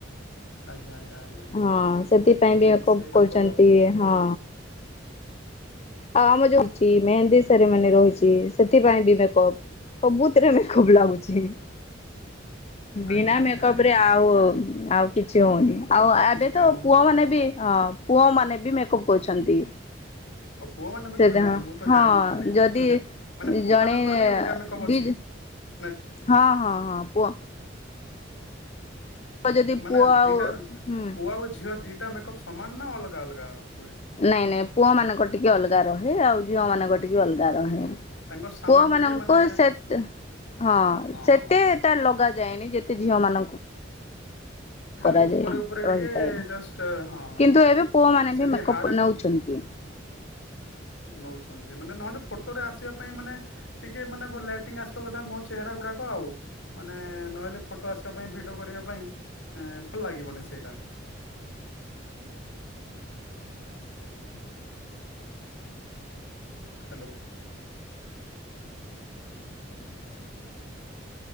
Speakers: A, on the left (about 85°); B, on the left (about 35°).
A: ଆଜ୍ଞା ଆଜ୍ଞା ଆଜ୍ଞା
B: ହଁ ସେଥିପାଇଁ
A: ଠିକ
B: ବି ଏକପ୍
A: ସେଇଟା
B: କରୁଚନ୍ତି
A: ତ
B: ହଁ। ଆଉ ଆମ ଯୋ-ହିଛି ମେହେନ୍ଦୀ ସେରିମନି ରହିଚି ସେଥିପାଇଁ ବି ମେକପ୍। ସବୁଥେରେ ମେକପ୍ ଲାଗୁଚି।
A: ଆଜ୍ଞା
B: ବିନା
A: ଆଜ୍ଞା
B: ମେକଅପ
A: ଆଜ୍ଞା
B: ରେ ଆଉ
A: ହଁ
B: ଆଉ କିଛି ହଉନି। ଆଉ ଆ
A: କିଛି
B: ଏବେ
A: କାମ
B: ତ
A: ହଉନି
B: ପୁଅ ମାନେ ବି ହଁ ପୁଅମାନେ ବି ମେକଅପ୍ କରୁଛନ୍ତି।
A: ଓ ପୁଅ ମାନେ ବି
B: ସେ
A: କରୁଛନ୍ତି ମୁଁ ତ
B: ହଁ
A: ଜାଣିନଥିଲି ମାଡାମ୍।
B: ଯଦି
A: ମାନେ ପୁଅ
B: ଜଣେ
A: ମାନଙ୍କର ବି ଅଲଗା ମେକପ୍
B: ଦି
A: ଅଛି ନା
B: ହଁ ହଁ ହଁ ପୁଅ ଯଦି
A: ମାନେ
B: ପୁଅ ଆଉ
A: ଦିଟା
B: ହୁଁ
A: ପୁଅ ଆଉ ଝିଅ ଦିଟା ମେକଅପ୍ ସମାନ ନା ଅଲଗା ଅଲଗା ହୁଏ?
B: ନାଇଁ ନାଇଁ ପୁଅ ମାନଙ୍କର ଟିକେ ଅଲଗା ରହେ ଆଉ ଝିଅ ମାନଙ୍କର ଟିକେ ଅଲଗା ରହେ।
A: ତାଙ୍କ ସାମାନ
B: ପୁଅ ମାନଙ୍କୁ
A: ଟିକେ ମାନେ
B: ସେତ୍ ହଁ ସେତେଟା
A: ହଁ ହଁ ହଁ।
B: ଲଗାାଯାଏନି ଯେତ୍ ତେ ଝିଅ ମାନଙ୍କୁ
A: ଖାଲି
B: କରାଯାଏ
A: ଉପରେ ଉପରେ
B: ରହିଥାଏ
A: ଟିକେ ଜଷ୍ଟ୍ ହଁ
B: କିନ୍ତୁ
A: ହଁ
B: ଏବେ ପୁଅମାନେ
A: ସେତି
B: ବି ମେକଅପ୍
A: ହାର୍ଡ କୁ
B: <unintelligible>
A: ନଉଚନ୍ତି ମାନେ ନହେଲେ ଫୋଟୋରେ ଆସିବା ପାଇଁ ମାନେ ଟିକେ ମାନେ ଭଲ୍ ଲାଇଟିଂ ଆସିବା କଥା ମୁହଁ ଚେହେରା ଗୁଡାକ ଆଉ। ମାନେ ନହେଲେ ଫୋଟୋ ଆସିବା ପାଇଁ ଭିଡିଓ କରିବା ପାଇଁ ଏଁ ଭଲ୍ ଲାଗିବନି ସେଇଟା। <unintelligible> ହାଲୋ <unintelligible>